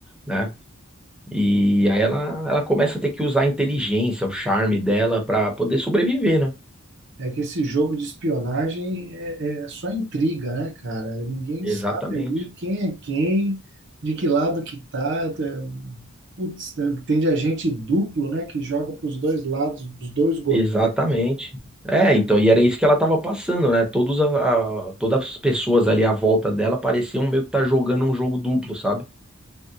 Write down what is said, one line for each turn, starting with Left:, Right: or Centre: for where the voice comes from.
Centre: né? E aí ela, ela começa a ter que usar a inteligência, o charme dela pra poder sobreviver, né?
Right: É que esse jogo de espionagem é, é só intriga, né, cara? Ninguém
Centre: Exatamente.
Right: sabe ali quem é quem, de que lado que tá. É, Putz, tem de agente duplo, né, que joga para os dois lados, dos dois governos.
Centre: Exatamente. É,
Right: Cara,
Centre: então, e era isso que ela tava passando, né? Todos a, a- todas as pessoas ali à volta dela pareciam meio que tá jogando um jogo duplo, sabe?